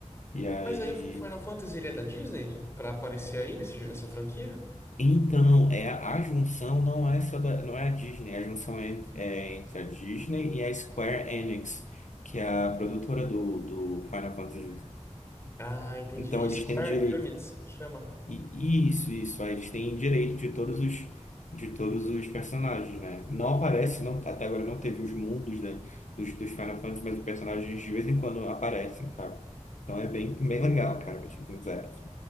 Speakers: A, on the left; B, on the left.
A: E aí.
B: Mas aí o Final Fantasy ele é da Disney? Pra aparecer aí nesse, jo- nessa franquia?
A: Então, é, a junção não é só da, não é a Disney, a junção é, entre- é entre a Disney e a Square Enix, que é a produtora do, do Final Fantasy.
B: Ah, entendi.
A: Então, eles
B: Square
A: têm direito.
B: Units que chama.
A: E isso, isso. Aí eles têm direito de todos os de todos os personagens, né? Não aparece, não, até agora não teve os mundos, né, dos, dos Final Fantasy, mas os personagens de vez em quando aparecem, sabe? Então é bem, bem legal, cara, pra ser sincero, assim.